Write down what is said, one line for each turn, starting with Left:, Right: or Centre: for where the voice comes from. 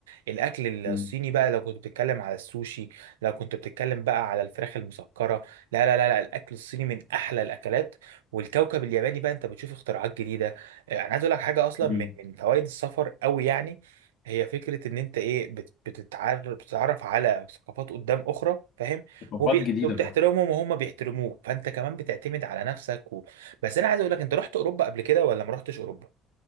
Right: الاكل
Left: مم.
Right: الصيني بقى لو كنت بتتكلم على السوشي لو كنت بتتكلم بقى على الفراخ المسكره لا لا لا لا الاكل الصيني من احلى الاكلات والكوكب الياباني بقى انت بتشوف اختراعات جديده آه، انا عايز اقول لك حاجه اصلا
Left: مم.
Right: من من فوائد السفر قوي يعني هي فكره ان انت ايه بت- بتتعرف بتتعرف على ثقافات قدام اخرى فاهم
Left: ثقافات
Right: وبي-
Left: جديده
Right: وبتحترمهم
Left: برضه
Right: وهم بيحترموك فانت كمان بتعتمد على نفسك و... بس انا عايز اقول لك انت رحت اوروبا قبل كده ولا ما رحتش اوروبا